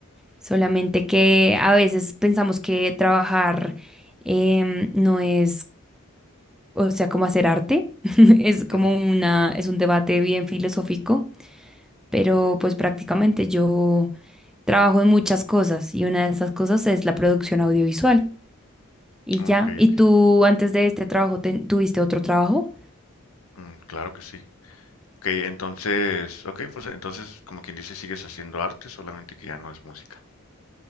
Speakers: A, in the centre; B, on the left.
A: Solamente
B: Ujú,
A: que a veces pensamos que trabajar em, no es, o sea, como hacer arte, <laughs> es como
B: ujú,
A: una, es un debate bien filosófico, pero pues prácticamente yo trabajo en muchas cosas y una de esas cosas es la producción audiovisual y
B: Ok,
A: ya. ¿Y
B: ok,
A: tú antes de este trabajo te- tuviste otro trabajo?
B: mm, claro que sí. Ok, entonces, ok, pues entonces, como quien dice, sigues haciendo arte, solamente que ya no es música.